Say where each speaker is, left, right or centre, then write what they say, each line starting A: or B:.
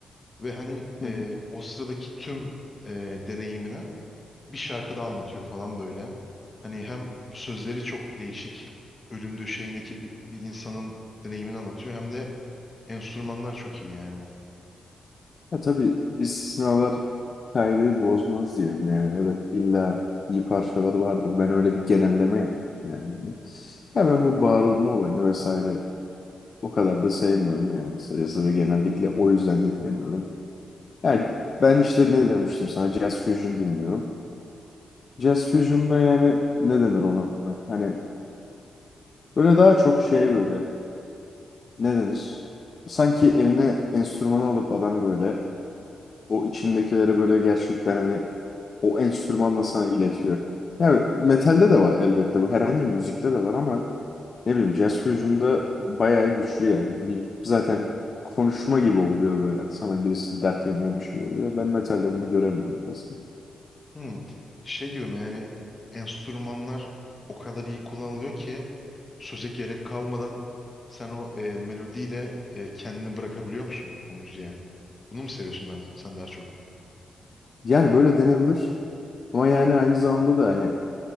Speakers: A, on the left; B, on the left.
A: Ve hani
B: Hı
A: e,
B: hı.
A: o sıradaki tüm e, deneyimini bir şarkıda anlatıyor falan böyle. Hani hem sözleri çok değişik, ölüm döşeğindeki bir, bir insanın deneyimini anlatıyor hem de enstrümanlar çok iyi yani.
B: Ya tabii istisnalar kaideyi bozmaz diyelim yani. Evet illa iyi parçalar vardır. Ben öyle bir genelleme yaptım yani. Ya ben bu bağırılma olayını vesaire o kadar da sevmiyorum yani kısacası ve genellikle o yüzden dinlemiyorum. Yani ben işte ne demiştim sana Jazz Fusion dinliyorum. Jazz Fusion'da yani ne denir ona? Hani böyle daha çok şey böyle ne denir? Sanki eline enstrümanı alıp adam böyle O içindekileri böyle gerçekten hani o enstrümanla sana iletiyor. Yani metalde de var elbette bu. Herhangi bir müzikte de var ama ne bileyim Jazz Fusion'da bayağı güçlü yani. Bir- Zaten konuşma gibi oluyor böyle. Sana birisi dert yanıyormuş gibi oluyor. Ben metalde bunu göremiyorum mesela.
A: Hmm. Şey gibi mi yani enstrümanlar o kadar iyi kullanılıyor ki söze gerek kalmadan sen o e, melodiyle e, kendini bırakabiliyor musun o müziğe? Bunu mu seviyorsun daha- sen daha çok?
B: Yani böyle denebilir. Ama yani aynı zamanda da hani